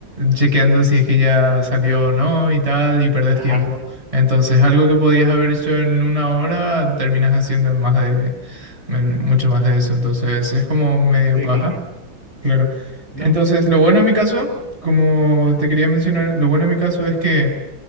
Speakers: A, on the right; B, on the right.
A: chequeando si es que ya salió o no y tal, y perdés
B: ajá,
A: tiempo. Entonces, algo que podías haber hecho en una hora, terminas haciendo en más de, en mucho más de eso, entonces es como medio
B: sí,
A: paja.
B: claro.
A: Claro.
B: No,
A: Entonces, lo bueno en mi caso, como
B: ajá,
A: te quería mencionar, lo bueno en mi caso es que